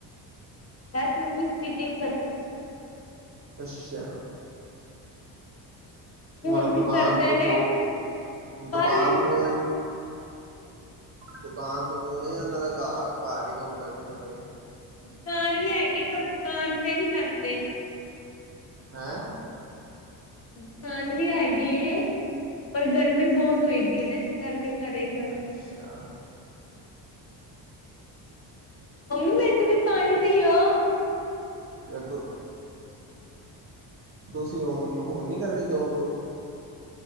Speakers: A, on the left; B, on the right.
A: ਵੈਸੇ ਮੰਮੀ ਸਟੀਚਿੰਗ ਕਰਦੀ। ਸੀ
B: ਅੱਛਾ।
A: ਹੁਣ
B: ਮਤਲਬ
A: ਵੀ
B: ਦੁਕਾਨ
A: ਕਰਦੇ
B: ਦੁਕ-
A: ਨੇ ਪਰ
B: ਦੁਕਾਨ ਦੁਕਾਨ ਦੁਕਾਨ -ਦੁਕੂਨ ਉਹਨਾਂ ਦਾ। ਘ -ਘਰ ਹੀ ਕੰਮ ਕਰਦੇ ਨੇ ਆਪਣੇ।
A: ਦੁਕਾਨ ਵੀ ਹੈਗੀ, ਪਰ ਦੁਕਾਨ ਤੇ ਨਹੀਂ ਬੈਂਦੇ
B: ਹੈ।
A: ਦੁਕਾਨ ਵੀ ਹੈਗੀ ਐਂ। ਪਰ ਗਰਮੀ ਬਹੁਤ ਹੋਈ ਪੀ ਹੈ ਨਾ। ਇਸ ਕਰਕੇ ਘਰੇ ਕਰਦੇ।
B: ਅੱਛਾ।
A: ਮੰਮੀ ਮੈਨੂੰ ਵੀ ਪਾਣੀ ਦੇਈਂ ਉ।
B: ਇਹ‌ ਤੁਕ ਤੁਸੀਂ ਹੋਣ ਨੂੰ ਹੁਣ ਨੀ ਕਰਦੇ ਜੋਬ- ਜੂਬ